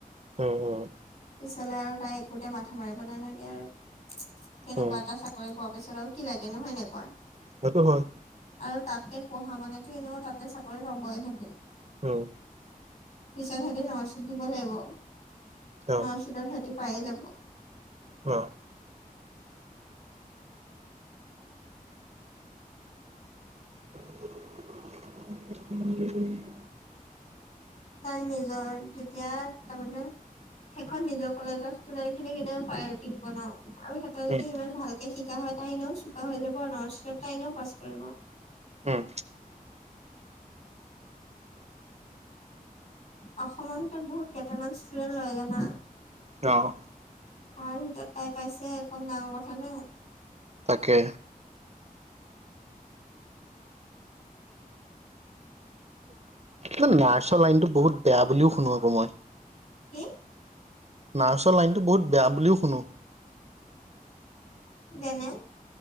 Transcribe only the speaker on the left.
পিছলে আৰু তাই একোতে মাথা মাৰিব নালাগে আৰু, তেনেকুৱা
এটা চাক কৰি পোৱাৰ পিছত আৰু কি লাগে নো হয় নে কোৱা?
আৰু তাতে পঢ়া মানেটো এনেও তাতে চাকৰি পাবয়ে ইহেঁতে।
পিছত হিতি ন চিট দিব লাগিব
ন চটৰ হিতি পায়ে যাব।
তাই নিজৰ তেতিয়া তা মানে সেইখন নিজৰ কলেজৰ ষ্টুডেণ্ট খিনিক এনেও প্ৰায়ৰিটি দিব ন, আৰু সেই তই যদি
ইমান ভালকে শিকা হয়, তাই এনেও চোকা হৈ যাব ন চিত তাই এনেও পাছ কৰিব।
অসমৰ ভিতৰত বহুত কেইটামান ষ্টুডেন্ট লয় জানা?
তাৰ ভিতৰত তাই পাইছে কম ডাঙৰ কথা নে?
কি?
যেনে?